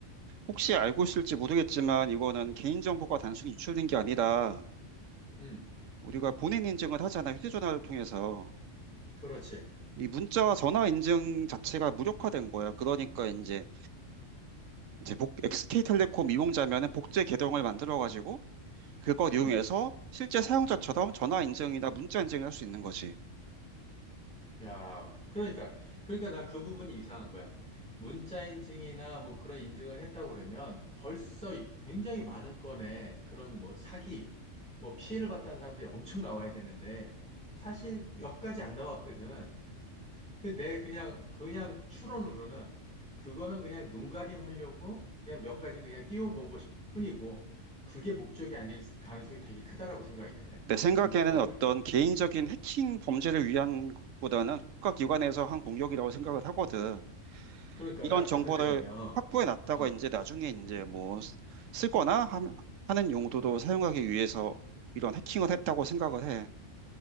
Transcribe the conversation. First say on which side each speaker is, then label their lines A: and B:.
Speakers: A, on the right; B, in the centre.
A: 혹시 알고 있을지 모르겠지만 이거는 개인정보가 단순히 유출된 게 아니라
B: 음,
A: 우리가 본인 인증을 하잖아. 휴대전화를 통해서.
B: 그렇지.
A: 이 문자와 전화 인증 자체가 무력화된 거야. 그러니까 이제 이제 복 SK텔레콤 이용자면은 복제 계정을 만들어 가지고 그걸
B: 음.
A: 이용해서 실제 사용자처럼 전화 인증이나 문자 인증을 할 수 있는 거지.
B: 야, 그러니까, 그러니까 나 그 부분이 이상한 거야. 문자 인증이나 뭐 그런 인증을 했다고 그러면 벌써 이 굉장히 많은 건의 그런 뭐 사기, 뭐 피해를 봤다는 사람들이 엄청 나와야 되는데 사실 몇 가지 안 나왔거든. 근데 내 그냥, 그냥 추론으로는 그거는 그냥 눈가림 하려고 그냥 몇 가지 그냥 띄워본 것 뿐이고 그게 목적이 아닐 가능성이 되게 크다라고 생각이 되네.
A: 내
B: 내
A: 생각에는
B: 지금 생각에.
A: 어떤 개인적인 해킹 범죄를 위한 것보다는 국가기관에서 한 공격이라고 생각을 하거든.
B: 그러니까
A: 이런
B: 나
A: 정보를
B: 같은 생각이야. 어.
A: 확보해 놨다가
B: 어.
A: 이제 나중에 이제 뭐 쓰- 쓰거나 함- 하는 용도도 사용하기 위해서 이런 해킹을 했다고 생각을 해.